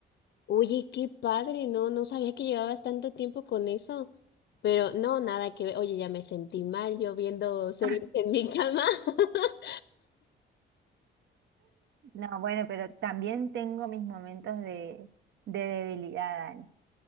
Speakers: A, on the left; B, on the right.
A: Oye, qué padre, no, no sabía que llevabas tanto tiempo con eso. Pero no, nada que ver. Oye, ya me sentí mal yo viendo series
B: <laughs>
A: en mi cama. <laughs>
B: No, bueno, pero también tengo mis momentos de, de debilidad, Dani.